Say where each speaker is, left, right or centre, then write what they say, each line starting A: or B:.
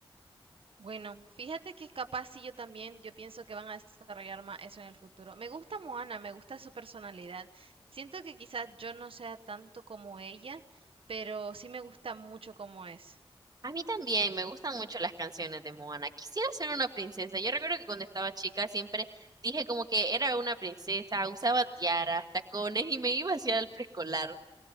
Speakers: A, on the right; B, on the right.
A: Bueno, fíjate que capaz sí yo también, yo pienso que van a desarrollar más eso en el futuro. Me gusta Moana, me gusta su personalidad. Siento que quizás yo no sea tanto como ella, pero sí me gusta mucho como es.
B: A mí también me gustan mucho las canciones de Moana. Quisiera ser una princesa. Yo recuerdo que cuando estaba chica siempre dije como que era una princesa, usaba tiaras, tacones y me iba hacia el preescolar.